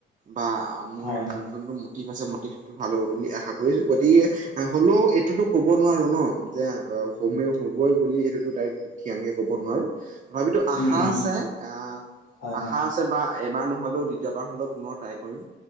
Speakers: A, on the right; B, on the left.
A: বা মোৰ
B: হয় হয়
A: যোনটো। তিভ আছে মটিভটো ভাল হ'ব বুলি আশা কৰিছো। গতিকে, হ'লেও এইটোতো কব নোৱাৰো ন'। যে, হমে হ'বই বুলি সেইটোতো ডাইৰেক্ট, থিৰাং কে ক'ব নোৱাৰো। তথাপিতো আশা
B: উম উম
A: আছে, আহ,
B: হয়
A: আশা
B: হয়
A: আছে বা - এবাৰ নহ'লেও, দ্বিতীয়বাৰ হ'লেও পুনৰ ট্ৰাই কৰিম।